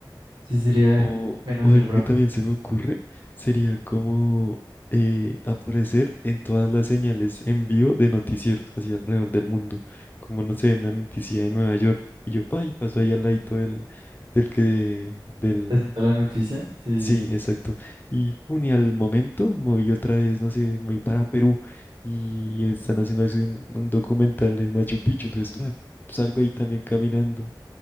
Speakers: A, on the right; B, on the left.
A: sí sería
B: O,
A: bueno
B: o
A: hacer
B: algo
A: bromas.
B: que también se me ocurre sería como eh, aparecer en todas las señales en vivo de noticieros hacia alrededor del mundo. Como, no sé, una noticia de Nueva York. Y yo, pa, y paso ahí al ladito del, del que, del,
A: Haciendo la noticia, sí,
B: Sí,
A: sí.
B: exacto. Y, pum, y al momento me voy otra vez, no sé, me voy para Perú y están haciendo así un, un documental en Machu Picchu, entonces pa, salgo ahí también caminando